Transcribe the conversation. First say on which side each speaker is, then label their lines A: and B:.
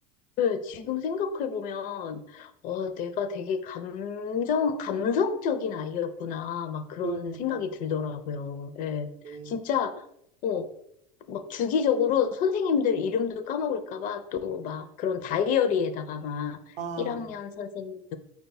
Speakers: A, on the left; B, on the right.
A: 네, 지금 생각해보면, 어, 내가 되게 감정, 감성적인 아이였구나, 막 그런
B: 음.
A: 생각이 들더라고요. 예.
B: 네.
A: 진짜, 어, 막 주기적으로 선생님들 이름도 까먹을까봐 또 막 그런 다이어리에다가 막
B: 아.
A: 1학년 선생님,